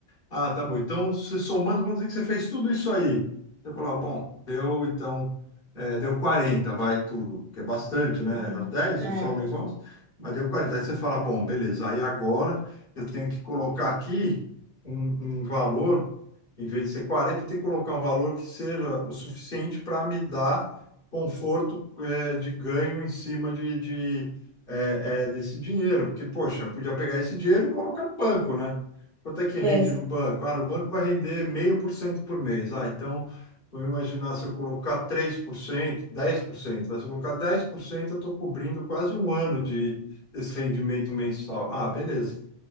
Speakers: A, on the left; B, on the right.
A: Ah, tá bom. Então, você somando, vamos dizer que você fez tudo isso aí. Você falou, ah, bom, deu então, é, deu 40, vai tudo, que é bastante, né?
B: Uhum,
A: Era 10
B: é.
A: só o negócio, mas deu 40. Aí você fala, bom, beleza, aí agora eu tenho que colocar aqui um, um valor, em vez de ser 40, eu tenho que colocar um valor que seja o suficiente para me dar conforto, é, de ganho em cima de, de, é, é, desse dinheiro. Porque, poxa, eu podia pegar esse dinheiro e colocar no banco, né? Quanto é que rende
B: É, Ex-
A: no banco? Ah, no banco vai render meio por cento por mês. Ah, então, vamos imaginar se eu colocar 3%, 10%. Mas se eu colocar 10%, eu estou cobrindo quase um ano de, desse rendimento mensal. Ah, beleza.